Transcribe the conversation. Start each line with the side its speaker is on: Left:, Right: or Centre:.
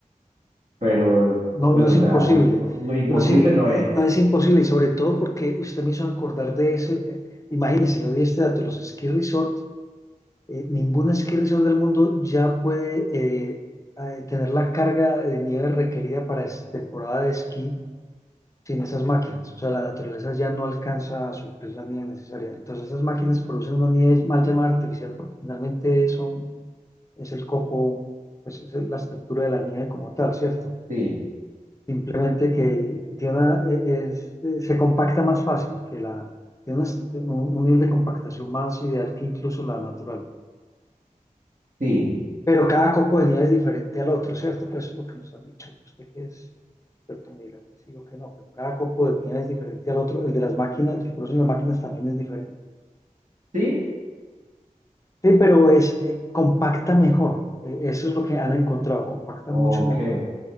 Right: pero,
Left: No,
Right: pues,
Left: no
Right: o
Left: es
Right: sea,
Left: imposible.
Right: imp- no, imposible
Left: No es, i-
Right: no es.
Left: no es imposible y sobre todo porque usted me hizo acordar de ese. eh, imagínese, le doy este dato, los ski resort, eh, ningún ski resort del mundo ya puede eh, eh, tener la carga de nieve requerida para es- temporada de esquí sin esas máquinas. O sea, la naturaleza ya no alcanza a suplir la nieve necesaria. Entonces esas máquinas producen una nieve mal llamada artificial porque finalmente son, es el copo, pues es el- la estructura de la nieve como tal, ¿cierto?
Right: Sí,
Left: Simplemente que tiene una- e- es, eh, se compacta más fácil que la, tiene una est- un, un nivel de compactación más ideal que incluso la natural.
Right: sí,
Left: Pero cada copo de nieve es diferente al otro, ¿cierto? Pues eso es lo que nos han dicho. Usted que es experto me dirá que sí o que no, pero cada copo de nieve es diferente al otro. El de las máquinas, el que producen las máquinas también es diferente.
Right: sí.
Left: Sí, pero es eh, compacta mejor. Eh, eso es lo que han encontrado, compacta
Right: Ok,
Left: mucho mejor.